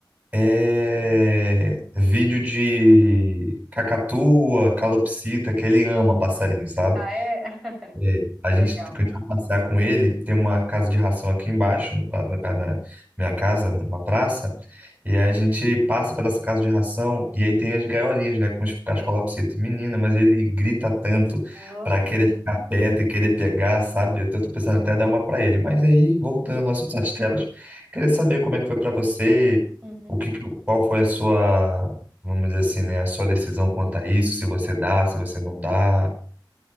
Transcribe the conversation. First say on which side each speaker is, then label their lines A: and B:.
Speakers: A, on the right (about 20°); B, in the centre.
A: é vídeo de cacatua, calopsita, que ele ama passarinho, sabe?
B: Ah, é? <laughs>
A: É, A
B: Legal.
A: gente, quando a gente vai passear com ele, tem uma casa de ração aqui embaixo, no, pra- na perto da minha casa, numa praça, e aí a gente passa pela essa casa de ração, e aí tem as gaiolinhas, né, com os cascolapsitos. Menina, mas ele grita tanto
B: Enlouquece.
A: para querer ficar perto e querer pegar, sabe? Eu tô tô pensando até dar uma para ele. Mas aí, voltando ao assunto das telas, queria saber como é que foi para você,
B: Uhum.
A: o que, que- qual foi a sua, vamos dizer assim, né, a sua decisão quanto a isso, se você dá, se você não dá.